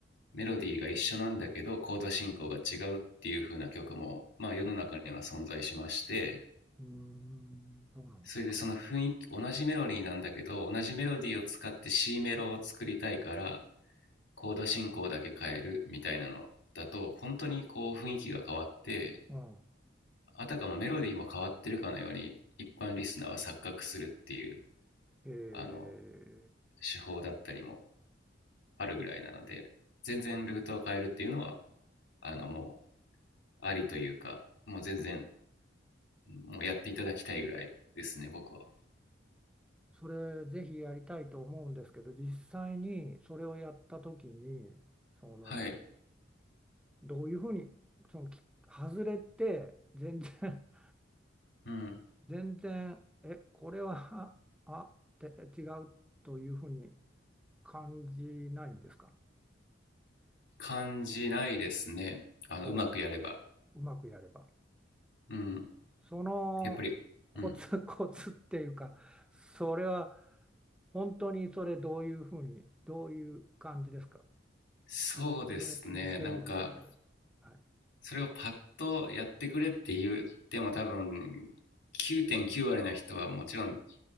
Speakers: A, on the left; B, in the centre.
A: メロディーが一緒なんだけどコード進行が違うっていう風な曲も、まあ、世の中には存在しまして
B: うーん、どうなんですか。
A: それでその雰囲気同じメロディーなんだけど同じメロディーを使って C メロを作りたいからコード進行だけ変えるみたいなのだと本当にこう雰囲気が変わって
B: うん。
A: あたかもメロディーも変わってるかのように一般リスナーは錯覚するっていう
B: えー、
A: あの手法だったりもあるぐらいなので全然ルートを変えるっていうのはあのもうありというかもう全然もうやっていただきたいぐらいですね僕は
B: それぜひやりたいと思うんですけど、実際にそれをやった時に、その、
A: はい
B: どういうふうに、その、き外れて、全然、<laughs>
A: うん
B: 全然、え、これは、<laughs> あ、あって違うというふうに感じないんですか
A: 感じないですねあのうまくやれば
B: おう、うまくやれば。
A: うん
B: そのコツ
A: やっぱりうん
B: <laughs> コツっていうか、それは本当にそれどういうふうに、どういう感じですか
A: そうですねなんか
B: いてどうやって見つけるんですか、それを。はい。
A: それをパッとやってくれって言っても多分9.9割な人はもちろん